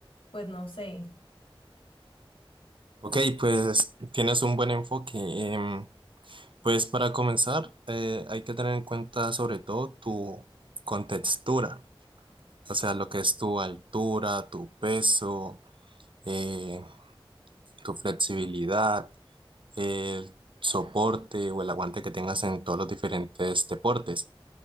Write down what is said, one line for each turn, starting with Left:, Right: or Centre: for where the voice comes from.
Left: pues no sé.
Right: Ok, pues tienes un buen enfoque. Em, pues para comenzar, eh, hay que tener en cuenta sobre todo tu contextura, o sea, lo que es tu altura, tu peso, eh, tu flexibilidad, el soporte o el aguante que tengas en todos los diferentes deportes.